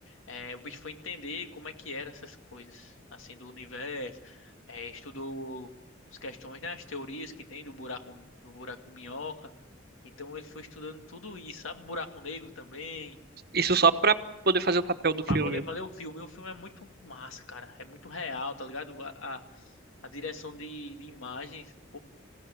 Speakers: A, on the left; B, on the right.
A: É, o bicho foi entender como é que eram essas coisas, assim, do universo. É, estudou as questões, né, as teorias que tem do buraco, do buraco de minhoca. Então ele foi estudando tudo isso, sabe? Um Buraco negro também.
B: Isso só pra poder fazer o papel do filme.
A: Pra poder fazer o filme. E o filme é muito massa, cara. É muito real, tá ligado? A, a, a direção de, de imagens,